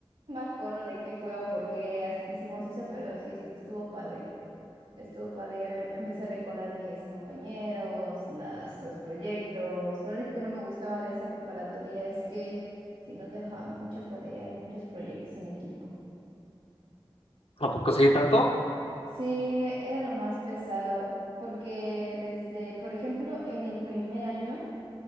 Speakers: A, on the right; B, on the left.
A: me acuerdo de qué fue o por qué as- hicimos eso, pero sí est- estuvo padre. Estuvo padre, ya me empecé a recordar mis compañeros, las, los proyectos. Lo único que no me gustaba de esa preparatoria es que sí nos dejaban mucha tarea y muchos proyectos en equipo.
B: ¿A poco sí tanto?
A: Sí, era lo más pesado, porque desde, por ejemplo, en el primer año,